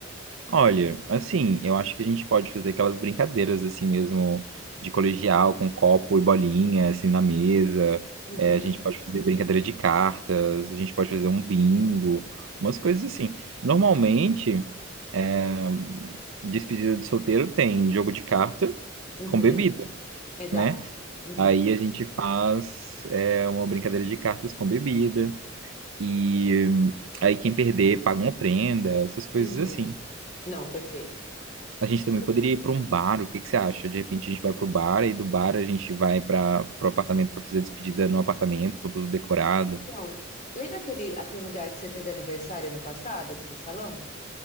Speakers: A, on the right; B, on the left.
A: Olha, assim, eu acho que a gente pode fazer aquelas brincadeiras assim mesmo de colegial com copo e bolinha assim na mesa.
B: Uhum,
A: É, a gente pode fazer brincadeira de cartas, a gente pode fazer um bingo, umas coisas assim. Normalmente, é, despedida de solteiro tem jogo de carta
B: uhum,
A: com bebida,
B: exato.
A: né?
B: Uhum,
A: Aí a gente faz é, uma brincadeira de cartas com bebida e hum, aí quem perder paga uma prenda, essas coisas
B: uhum.
A: assim.
B: Não, perfeito.
A: A gente
B: Que
A: também
B: per-
A: poderia ir para um bar, o que que você acha? De repente a gente vai para o bar e do bar a gente vai para o apartamento para fazer a despedida no apartamento, com tudo decorado.
B: Então, s- lembra aquele, aquele lugar que você fez aniversário ano passado, aquele salão?